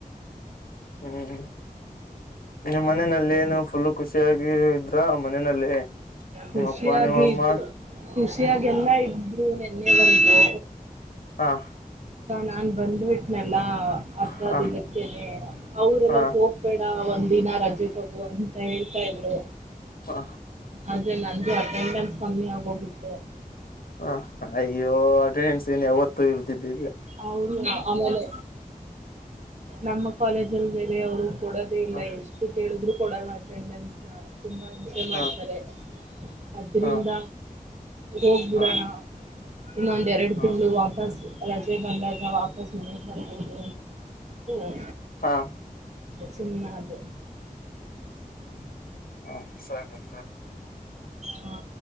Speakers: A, on the left; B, on the right.
A: ಹ್ಮ್ ನಿಮ್ ಮನೆನಲ್ ಏನು ಫುಲ್ ಖುಷಿಯಾಗಿ ಇದ್ರ ಮನೆನಲ್ಲಿ? ನಿಮ್ಮಪ್ಪಾ
B: ಖುಷಿಯಾಗಿ
A: ನಿಮ್ಮಮ್ಮ
B: ಇದ್ರು ಖುಷಿಯಾಗೆಲ್ಲಾ ಇದ್ರು ನೆನ್ನೆವರ್ಗು
A: ಹಾಂ
B: ನಾನ್ ಬಂದ್ಬಿಟ್ನಲ್ಲ ಅರ್ಧ
A: ಹ
B: ದಿನುಕ್ಕೆನೆ ಅವ್ರೆಲ್ಲ
A: ಹ
B: ಹೋಗ್ಬೇಡ ಅವತ್ ಒಂದಿನ ರಜೆ ತಗೊ ಅಂತ ಹೇಳ್ತಾ ಇದ್ರು.
A: ಹ
B: ಅದೆ ನಂದು ಅಟೆಂಡೆನ್ಸ್ ಕಮ್ಮಿ ಆಗೋಗಿತ್ತು
A: ಅ ಅಯ್ಯೋ ಅಟೆಂಡೆನ್ಸ್ ಏನ್ ಯಾವತ್ತು ಇಲ್ದಿದ್ದೀಗೆ.
B: ಹೌದು ಆಮೇಲೆ ನಮ್ಮ ಕಾಲೇಜ ಅಲ್ಲಿ ಬೇರೆಯವರು ಕೊಡೋದೇ ಇಲ್ಲ
A: ಹ
B: ಎಷ್ಟು ಕೇಳಿದ್ರು ಕೊಡಲ್ಲ ಅಟೆಂಡನ್ಸ್ ನ ತುಂಬಾ ಹಿಂಸೆ
A: ಹಾ
B: ಮಾಡ್ತಾರೆ ಅದ್ರಿಂದ
A: ಹಾ
B: ಹೋಗ್ಬಿಡೋಣ
A: ಹಾ
B: ಇನ್ನೊಂದೇರಡು
A: ಹಾ
B: ತಿಂಗಳು ವಾಪಸ್ ರಜೆ ಬಂದಾಗ ವಾಪಸ್ ಮನೆ ರ್ಬೋದು ಅಂತಕೊಂಡಂದು
A: ಹಾ
B: ಸುಮ್ನ ಅದ
A: ಹ ಸರಿ ಸರಿ
B: ಹಾ